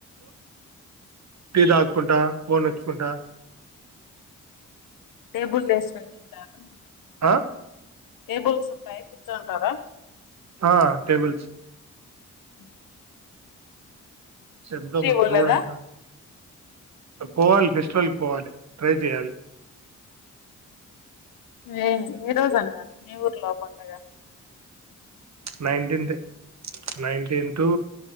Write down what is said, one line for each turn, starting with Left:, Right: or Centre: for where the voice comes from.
Right: Tea దాక్కుంటా, ఫోన్ ఒత్తుకుంటా
Left: టేబుల్ లేేస్ <unintelligible> పెట్టారు.
Right: ఆ.
Left: టేబుల్స్ ఉంటాయి, కుచ్చున్ఉంటారా.
Right: ఆ టేబుల్స్.
Left: అ
Right: శబ్దం
Left: పోలేదా
Right: రోడ్ అంతా. పోవాల్ ఫెస్టివల్క్ పోవాలి, ట్రై జేయాలి.
Left: ఏ ఏ రోజు అంటా, మీ ఊర్లో పండగ.
Right: నైన్టీన్త్. నైన్టీన్ తు,